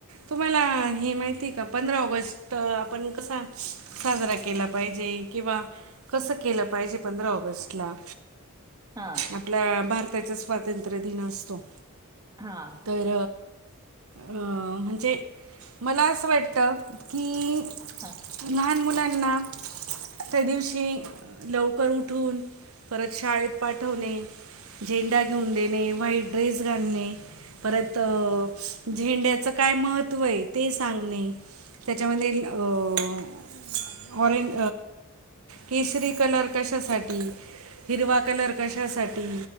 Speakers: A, on the right; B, on the right.
A: तुम्हाला हे माहिती आहे का? पंधरा ऑगस्ट आपण कसा साजरा केला पाहिजे. किंवा कसं केलं पाहिजे पंधरा ऑगस्टला.
B: हां.
A: आपला भारताचा स्वातंत्र्य दिन असतो.
B: हां.
A: तर म्हणजे मला असं वाटतं की
B: हा
A: लहान मुलांना त्या दिवशी लवकर उठून परत शाळेत पाठवणे, झेंडा घेऊन देणे, व्हाईट ड्रेस घालणे, परत झेंड्याचं काय? महत्त्व हे ते सांगणे. त्याच्या मध्ये अ ऑरेंज केशरी कलर कशासाठी? हिरवा कलर कशासाठी?